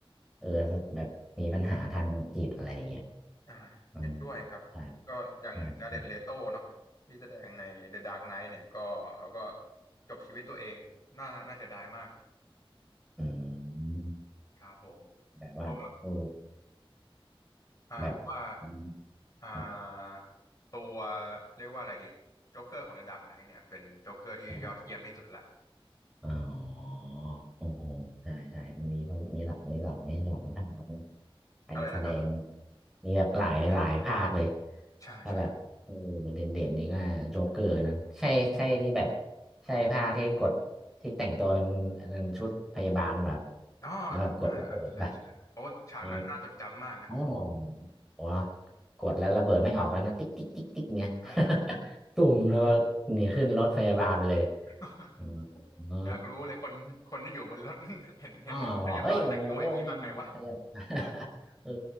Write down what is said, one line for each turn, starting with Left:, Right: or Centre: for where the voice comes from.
Centre: เออแบบมีปัญหาทางจิตอะไรอย่างเงี้ย
Left: อ่าเห็นด้วยครับก็อย่างจาเด็ตเลโตเนาะที่แสดงใน
Centre: อืมใช่ใช่ใช่
Left: The Dark Knight เนี่ยก็เขาก็จบชีวิตตัวเองน่าน่าเสียดายมาก
Centre: อืม
Left: ครับผม
Centre: แบบว่าโอ้
Left: เพราะว่าอ่าผมว่า
Centre: แบบอืม
Left: อ่า
Centre: ครั
Left: ตัวเรียกว่าอะไรดีโจ๊กเกอร์ของ The Dark Knight เนี่ยเป็นโจ๊กเกอร์ที่ยอดเยี่ยมที่สุดละ
Centre: บ อ๋อโอ้ใช่ใช่มีเขามีหลายหลายหลายภาคนะไปแสดง
Left: อะไรนะครับ
Centre: มีแบบหลายหลายภาคเลย
Left: ใช่ใช่
Centre: ถ้าแบบเออเด่นเด่นนี่ก็โจ๊กเกอร์นั้นใช่ใช่ที่แบบใช่ภาคที่กดที่แต่งตัวเป็นอันนั้นชุดพยาบาลแบบ
Left: อ๋อ
Centre: แล้วแบบกดระเบิดป่ะ
Left: อ่าอ่าใช่ใช่โอ้ฉากนั้นน่าจดจำมากนะ
Centre: เอออ๋อวะกดแล้วระเบิดไม่ออกแล้วนะติ๊กติ๊กติ๊กติ๊กเงี้ย
Left: เออ
Centre: <laughs> ตุ่มแล้วก็หนีขึ้นรถพยาบาลไปเลย
Left: <laughs>
Centre: เออ
Left: อยากรู้เลยคนคนที่อยู่บนรถ <laughs> เห็นเห็นพยาบาลแต่งตัวอย่างนี้มาไงวะ
Centre: อ๋อบอกเฮ้ยโอ้โห <laughs> แม่นขาเร <laughs> เออ